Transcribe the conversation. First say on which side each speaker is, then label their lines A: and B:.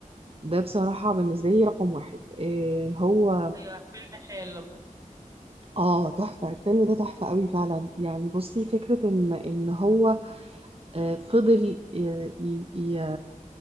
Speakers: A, on the right; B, on the right.
A: ده بصراحة بالنسبة لي رقم واحد إيه هو
B: ايوه فيلم حلو
A: اه تحفة الفيلم ده تحفة قوي فعلا يعني بصي فكرة ان ان هو آه، فضل آه، ي- ي-